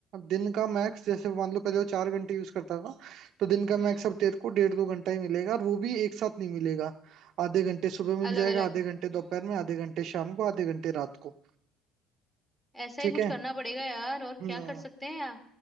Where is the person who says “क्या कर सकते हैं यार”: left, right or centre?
Centre